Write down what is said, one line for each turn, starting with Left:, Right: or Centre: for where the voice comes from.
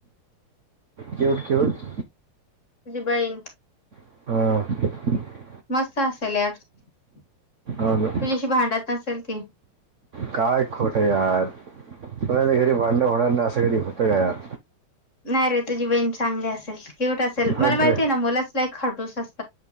Right: क्यूट क्यूट
Left: तुझी बहीण
Right: हा
Left: मस्त असेल यार तुझ्याशी
Right: हो ना
Left: भांडत नसेल ती
Right: काय खोट यार तु घरी भांडण होणार नाही असं कधी होतं का यार
Left: नाही रे तुझी बहीण चांगली असेल क्यूट असेल मला
Right: हट
Left: माहिती
Right: रे
Left: आहे ना मूलच लय खडूस असतात